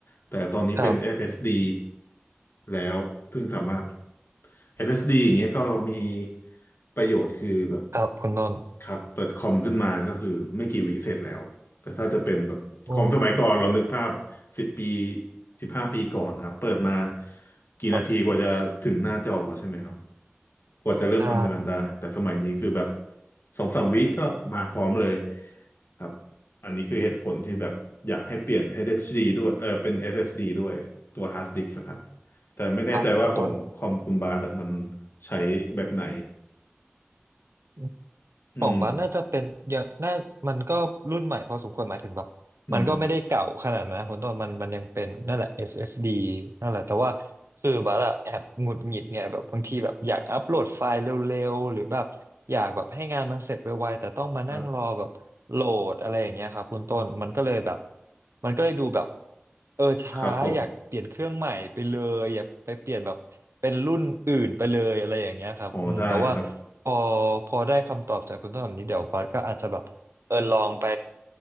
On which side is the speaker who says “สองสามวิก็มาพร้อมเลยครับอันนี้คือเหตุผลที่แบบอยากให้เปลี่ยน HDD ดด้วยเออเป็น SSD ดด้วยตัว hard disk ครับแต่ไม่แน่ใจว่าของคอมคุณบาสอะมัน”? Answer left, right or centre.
Left